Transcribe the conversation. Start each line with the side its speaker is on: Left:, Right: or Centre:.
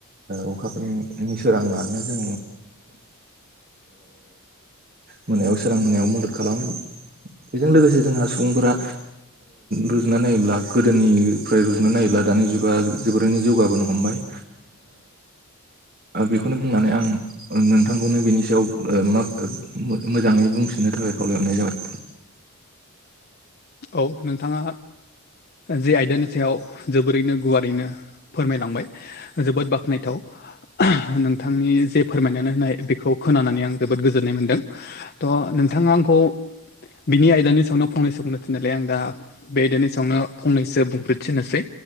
Right: अखाफोरनि सोराङानो जों मोनायाव सोरां होनायाव मदद खालामो बेजों लोगोसे जोंहा सुबुंफोरा रुजुना नायोब्ला गोदोनि फ्रफ्राय रुजनो नायोब्ला दानि जुगा जोबोरैनो जौगाबोनो हमबाय बेखौनो बुंनानै आं नोंथांखौनो बेनि सायाव मा मोजाङै बुंफिननो थाखाय खावलायहरनाय जाबाय
Left: औ नोंथाङा जे आयदानि सायाव जोबोरैनो गुवारैनो फोरमायलांबाय जोबोद बाख्नायथाव नोंथांनि जे फोरमायनानै होननाय बेखौ खोनानानै आं जोबोद गोजोननाय मोनदों थ' नोंथाङा आंखौ बिनि आयदानि सायावनो फंनैसो बुंनो थिननायलाय आं दा बे आयदानि सायावनो फंनैसो बुंफोरथिनोसै